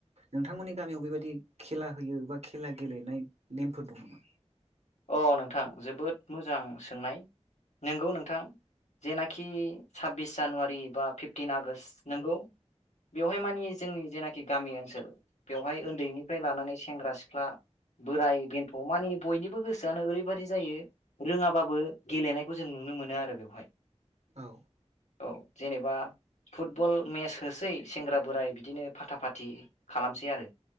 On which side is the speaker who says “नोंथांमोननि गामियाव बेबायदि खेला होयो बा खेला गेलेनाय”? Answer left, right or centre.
Right